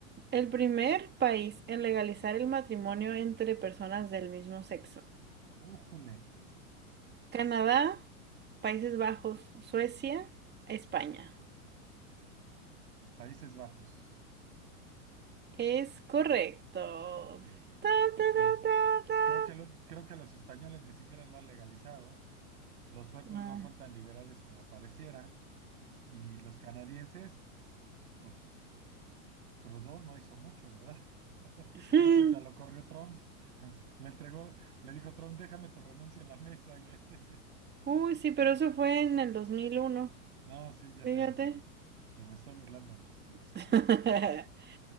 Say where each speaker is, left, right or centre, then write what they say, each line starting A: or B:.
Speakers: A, on the right (about 25°); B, on the right (about 80°).
A: el primer país en legalizar el matrimonio entre personas del mismo sexo?
B: Újule.
A: Canadá, Países Bajos, Suecia, España.
B: Países Bajos.
A: Es correcto.
B: Sí.
A: Ta, ta,
B: Los,
A: ta, ta,
B: Creo que, lo- creo que los españoles ni siquiera lo han legalizado, los suecos
A: ta.
B: no son tan liberales como pareciera, y los canadienses, pues Trudeau no hizo mucho, ¿verdad? <laughs>
A: No.
B: Creo que hasta lo corrió Trump, <laughs> le entregó, le dijo Trump, déjame tu renuncia en la mesa y vete.
A: <laughs>
B: <laughs>
A: Uy, sí, pero eso fue en el 2001.
B: No, sí, ya
A: Fíjate.
B: sé, pero, pero me estoy burlando de los, de los canadienses.
A: <laughs>